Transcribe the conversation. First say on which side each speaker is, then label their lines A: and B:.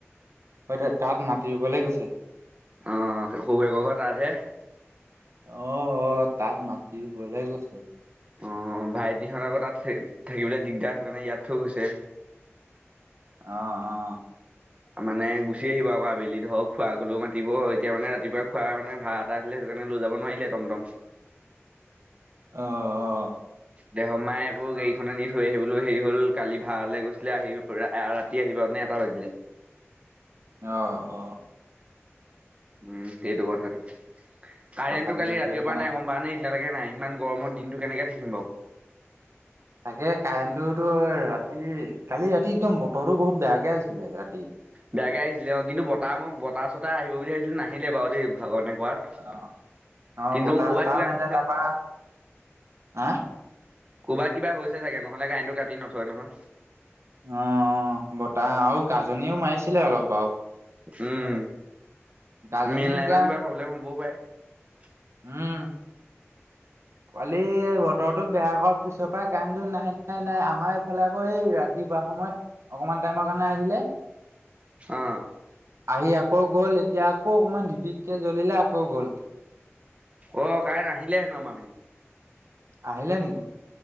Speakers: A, on the right; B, on the right.
A: <unintelligible> তাত মাতি ৰুবলৈ গৈছে।
B: অ' শহুৰৰ ঘৰ তাতহে।
A: অ', অ', তাত মাটি ৰুবলে গৈছে।
B: অ' ভাইটিহঁত আকৌ তাত থা- থাকিবলৈ দিগদাৰ কাৰণে ইয়াত থৈ গৈছে।
A: অ', অ'।
B: মানে গুচি আহিব আকৌ আবেলি ধৰক খুড়াক হলেওঁ মাতিব এতিয়া মানে ৰাতিপুৱা খুড়াই মানে ভাড়া এটা আছিলে। সেইকাৰণে লৈ যাব নোৱাৰিলে টমটম।
A: অ', অ'।
B: দেহৰ মায়ে আকৌ গাড়ীখননে নি থৈ আহিবলৈ হেৰি হ'ল কালি ভাড়ালৈ গৈছিলে আহিব পৰা আ- ৰাতি আহিব নে এটা বাজিলে।
A: অ', অ'।
B: উম, সেইটো কথাটো, কাৰেণ্টটো
A: কথাটো
B: কালি
A: সেইটো
B: ৰাতিৰ
A: সেইটো কাৰণে
B: পৰা নাই গ'ম পাওঁ নে। এতিয়ালৈকে নাই ইমান গৰমৰ দিনটো কেনেকে থাকিম বাৰু।
A: তাকে কাৰেণ্টটোতো ৰাতি, কালি ৰাতি একদম বতৰটো বহুত বেয়াকে আহিছিলে ৰাতি।
B: বেয়াকে আহিছিলে অ' কিন্তু বতাহ মই বতাহ ছতা আহিব বুলি ভাবিছিলোঁ নাহিলে বাৰু দেই ভগবানে <unintelligible>
A: অ', অ',
B: কিন্তু
A: বতাহ
B: ক'বাত
A: চতাহও
B: কিবা
A: নাহিলে
B: <inaudible>
A: তাৰপা হা
B: ক'ৰবাত কিবা হৈছে চাগে নহ'লে কাৰেন্টটো কাটি নথয় নহয়।
A: অ' বতাহ আৰু কাজনীওঁ মাৰিছিলে অলপ বাৰু।
B: উম
A: গাজনি
B: মেইন লাইনত
A: এতিয়া
B: কিবা প্ৰব্লেম হ'বও পাৰে।
A: উম। কালি বতৰটো বেয়া কৰাৰ পিছৰ পৰাই কাৰেণ্টটো নাই নাই নাই আমাৰ এইফালে আকৌ এই ৰাতি পুৱা সময়ত, অকমান টাইমৰ কাৰণে আহিলে।
B: অ'।
A: আহি আকৌ গ'ল এতিয়া আকৌ অকণমান ঢিপিককে জ্বলিলে আকৌ গ'ল।
B: অ' কাৰেন্ট আহিলেই হেনো আমাৰ পিনে।
A: আহিলে নেকি?